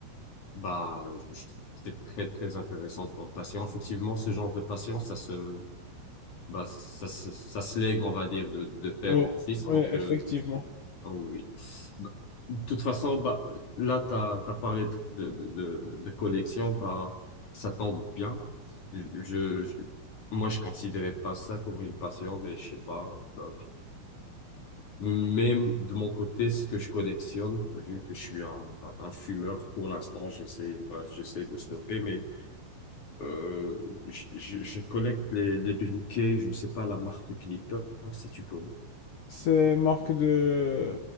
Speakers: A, on the left; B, on the left.
A: Bah, je- je c'est très, très intéressant comme passion. Effectivement, ce genre de passion, ça se, bah, ça, se- ça se lègue, on va dire, de, de père
B: Oui,
A: en fils.
B: oui,
A: Donc,
B: effectivement.
A: euh, ah oui. Bah, de toute façon, bah, là, tu as, parlé de, de, de, de collection, bah, ça tombe bien. Je, je, je- moi, je considérais pas ça comme une passion, mais je sais pas. bah, Mais de mon côté, ce que je collectionne, vu que je suis un, un, un fumeur pour l'instant, j'essaie, bref, j'essaie de stopper, mais euh, je, je, je collecte les, les briquets, je ne sais pas la marque Clipper, ça tu connais.
B: C'est marque de,